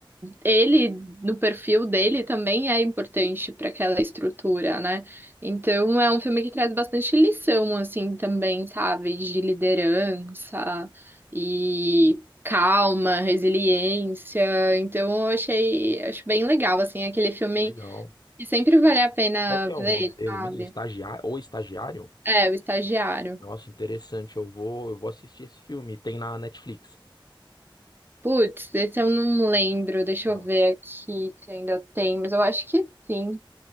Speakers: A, on the right (about 25°); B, on the left (about 50°).
A: ele, no perfil dele, também é importante para aquela estrutura, né? Então é um filme que traz bastante lição, assim, também, sabe? De liderança e calma, resiliência. Então eu achei, acho bem legal, assim, aquele filme
B: Legal.
A: que sempre vale a pena
B: Qual que
A: ver,
B: é o nome dele
A: sabe?
B: mesmo? Estagiário ou estagiário?
A: É, O Estagiário.
B: Nossa, interessante. Eu vou, eu vou assistir esse filme. Tem na Netflix.
A: Putz, esse eu não lembro, deixa
B: Tá.
A: eu ver aqui se ainda tem, mas eu acho que sim.